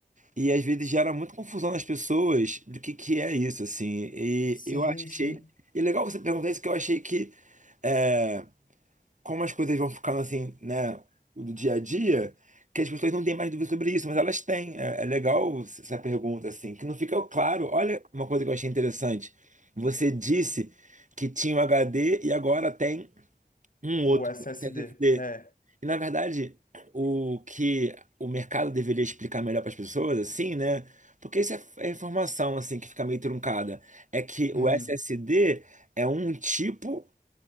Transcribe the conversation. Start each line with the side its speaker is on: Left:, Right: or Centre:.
Right: E às vezes gera muita confusão nas pessoas do que, que é isso, assim. E
Left: Sim,
Right: eu achei.
Left: sim.
Right: E é legal você perguntar isso, que eu achei que. eh, como as coisas vão ficando assim, né, do dia a dia, que as pessoas não têm mais dúvida sobre isso, mas elas têm. É, é legal essa pergunta, assim, que não fica claro. Olha uma coisa que eu achei interessante. Você disse que tinha um HD e agora tem um
Left: O
Right: outro,
Left: SSD,
Right: um SSD.
Left: é.
Right: E na verdade, o que o mercado deveria explicar melhor para as pessoas, assim, né? Porque isso é é informação assim que fica meio truncada. É que o
Left: Uhum.
Right: SSD é um tipo